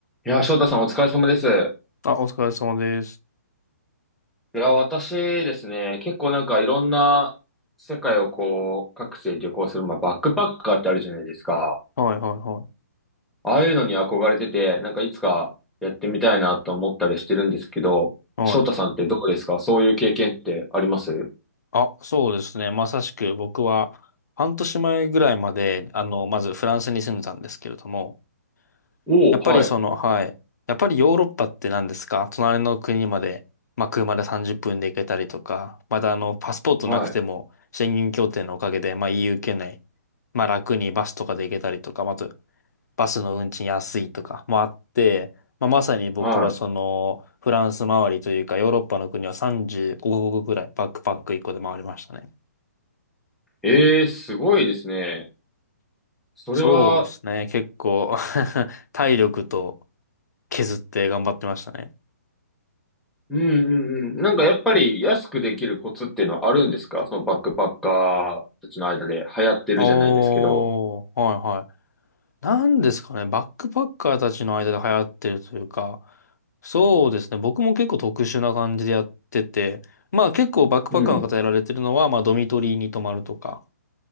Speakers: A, in the centre; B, on the left.
A: いやー、翔太さんお疲れ様です。い
B: あ、お疲れ様です。
A: やー、私ですね、結構なんかいろんな世界をこう、各地で旅行する、まあ、バックパッカーってあるじゃないですか。
B: はいはいは
A: ああいうのに憧れてて、なんかいつかやってみたいなと思ったりしてるんですけど、
B: い。はい。
A: 翔太さんってどうですかそういう経験ってあります
B: あ、そうですね。まさしく僕は半年前ぐらいまで、あの、まずフランスに住んでたんですけれども、
A: おおー、
B: やっぱりその、
A: はい、
B: はい。やっぱりヨーロッパって何ですか隣の国まで、まあ、車で30分で行けたりとか、またあの、パスポートなくても、
A: はい、
B: 宣言協定のおかげで、まあ、EU 圏内、まあ、楽にバスとかで行けたりとか、まああと、バスの運賃安いとかもあって、まあ、まさに僕はその、
A: は
B: フランス周りというか、ヨーロッパの国は35カ国ぐらいバックパック1個で回りましたね。
A: い。ええー、すごいですね。それは、
B: そうですね。結構 <laughs> 体力と削って頑張ってましたね。
A: うんうんうん。なんかやっぱり安くできるコツっていうのはあるんですかそのバックパッカーたちの間で流行ってるじゃないですけど。
B: おー、はいはい。なんですかね、バックパッカーたちの間で流行ってるというか、そうですね、僕も結構特殊な感じでやってて、まあ結構バックパッカーの方やられてるのは、
A: うん。
B: まあドミトリーに泊まるとか、